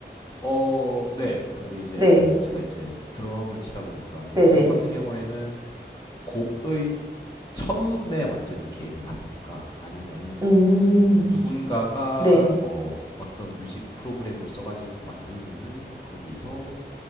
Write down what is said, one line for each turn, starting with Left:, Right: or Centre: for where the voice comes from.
Left: 어, 네. 근데 이제
Right: 네.
Left: 제가 이제 드럼을 치다 보니까는
Right: 네네.
Left: 드럼 같은 경우에는 곡의 처음에 완전히 개입을 하던가 아니면은
Right: 음,
Left: 누군가가
Right: 네.
Left: 뭐 어떤 뮤직 프로그램을 써가지고 만들면은 거기서